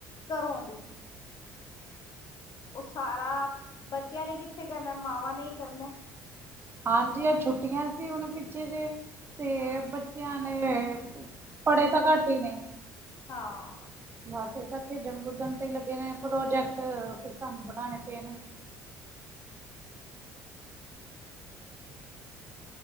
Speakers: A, on the left; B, on the right.
A: ਘਰੋਂ ਦੀ ਉਹ ਸਾਰਾ ਬੱਚਿਆਂ ਨੇ ਕਿੱਥੇ ਕਰਨਾ ਮਾਵਾਂ ਨੇ ਹੀ ਕਰਨਾ।
B: ਹਾਂਜੀ ਆ ਛੁੱਟੀਆਂ ਸੀ ਹੁਣ ਪਿੱਛੇ ਜੇ ਤੇ
A: ਹਾਂ।
B: ਬੱਚਿਆਂ ਨੇ ਪੜ੍ਹੇ ਤਾਂ ਘੱਟ ਹੀ ਨੇ।
A: ਹਾਂ।
B: ਬਸ ਇਹ ਤਾਂ ਖੇਡਣ ਕੁਦਣ ਤੇ ਲੱਗੇ ਨੇ ਪ੍ਰੋਜੈਕਟ ਫਿਰ ਸਾਨੂੰ ਬਣਾਣੇ ਪਏ ਨੇ।